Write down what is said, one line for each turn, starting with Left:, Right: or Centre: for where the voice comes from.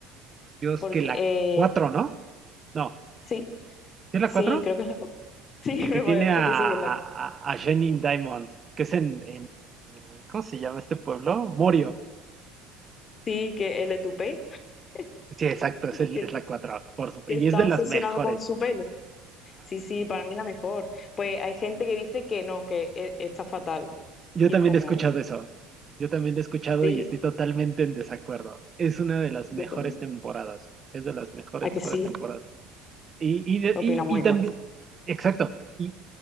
Right: Yo es
Left: porque
Right: que la
Left: eh,
Right: cuatro No, No,
Left: sí,
Right: ¿sí es la
Left: sí,
Right: cuatro
Left: creo que es la cu- <laughs> Sí,
Right: El
Left: me
Right: que tiene
Left: parece
Right: a, a,
Left: que sí, que es la cu-
Right: a Jenning Diamond, que es en, en- ¿cómo se llama este pueblo? Morio.
Left: Sí, que el de tu pe, <laughs>
Right: Sí, exacto, es, el-
Left: que
Right: es la 4 por supuesto.
Left: que está
Right: Y es de las
Left: obsesionado
Right: mejores.
Left: con su pelo. Sí, sí, para mí la mejor. Pues hay gente que dice que no, que e- está fatal.
Right: Yo
Left: Y
Right: también
Left: es como,
Right: he escuchado eso. Yo también lo he escuchado
Left: sí,
Right: y estoy totalmente en desacuerdo. Es una de las
Left: yo
Right: mejores
Left: también.
Right: temporadas. Es de las mejores,
Left: ¿A
Right: mejores
Left: que sí?
Right: temporadas. Y, y, de-
Left: Opinamos
Right: y, y
Left: igual.
Right: también, exacto. Y,